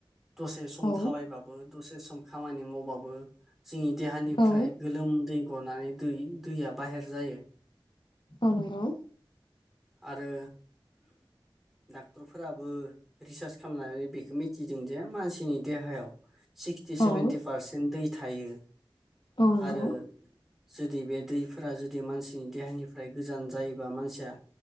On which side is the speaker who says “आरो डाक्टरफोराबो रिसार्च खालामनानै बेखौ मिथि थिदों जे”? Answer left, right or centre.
Centre